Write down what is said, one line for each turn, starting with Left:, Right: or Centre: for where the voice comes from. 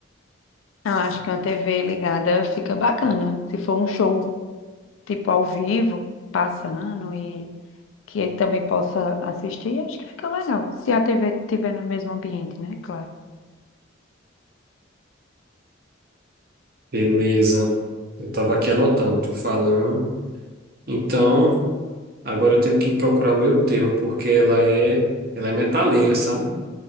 Left: Eu acho que uma TV ligada fica bacana. Se for um show tipo ao vivo, passando e que ele também possa assistir, acho que fica legal. Se a TV estiver no mesmo ambiente, né? Claro.
Right: Beleza. Eu tava aqui anotando, tu falando. Então, agora eu tenho que procurar o meu termo, porque ela é, ela é metaleira, sabe?